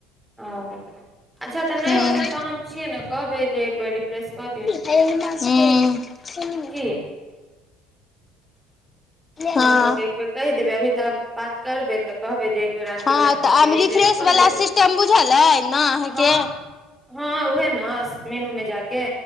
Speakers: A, in the centre; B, on the left.
A: ओ अच्छा तऽ नय
B: हूँ
A: होतै
B: हूँ
A: तऽ हम छियै ने कहबै जे एक बेर रिफ्रेश कऽ दियौ
B: <unintelligible> हुँ
A: की
B: हँ
A: फोन कऽ के एक बेर कहि देबै, अभी तऽ बात करबै। तऽ कहबै जे एक बेर आंटी
B: हँ
A: वाला फोन
B: तऽ आब
A: के रिफ्रेश कऽ
B: वला
A: देबै।
B: सिस्टम बुझल अइ ने अहाँके
A: हँ हँ वएह ने मेनू मे जाके।